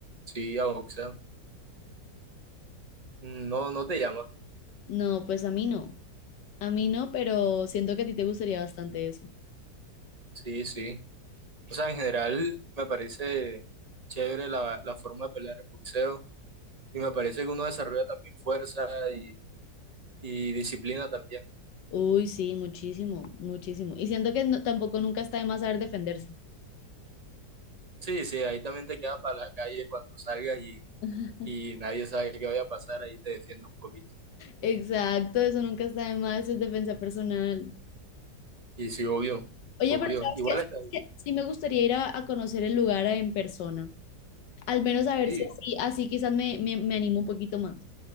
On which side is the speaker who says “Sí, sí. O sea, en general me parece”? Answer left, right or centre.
Right